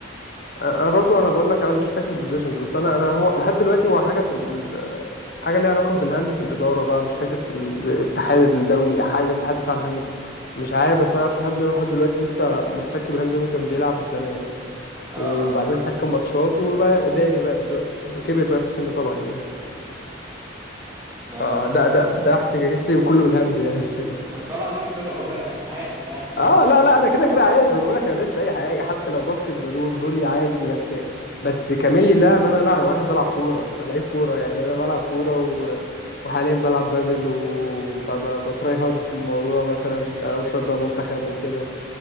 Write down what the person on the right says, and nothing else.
اه
ده ده-
بس طلع ليك صلة هو عارف يعني
<laughs>